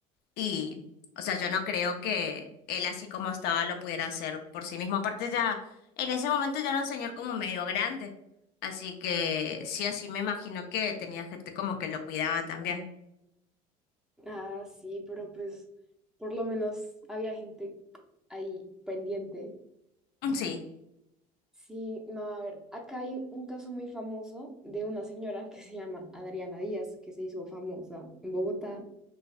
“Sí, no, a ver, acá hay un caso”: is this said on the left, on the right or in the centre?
Centre